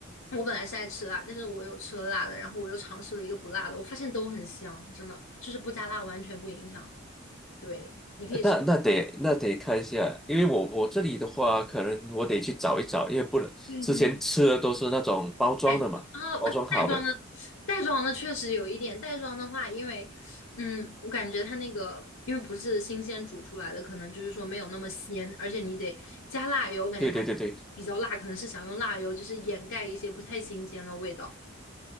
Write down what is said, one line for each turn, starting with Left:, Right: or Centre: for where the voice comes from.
Left: 我本来是爱吃辣，但是我有吃了辣的，然后我又尝试了一个不辣的，我发现都很香，真的，就是不加辣完全不影响。对，你可以试
Centre: 那那得那得看一下，因为我我这里的话，可能我得去找一找，因为不能之前吃的都是那种包装的嘛，
Left: 对对对，带妆啊，
Centre: 包装好的。
Left: 袋装的袋装的确实有一点，袋装的话，因为嗯，我感觉它那个因为不是新鲜煮出来的，可能就是说没有那么鲜，而且你得加辣油，我感觉它
Centre: 对对对对，
Left: 比较辣，可能是想用辣油就是掩盖一些不太新鲜的味道。